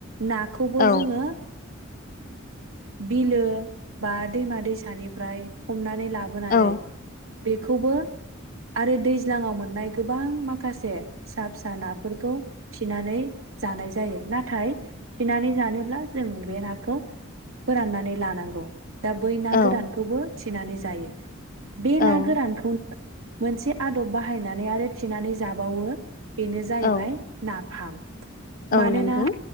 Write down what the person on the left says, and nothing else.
औ
औ
औ
औ
औ
औ
नंगौ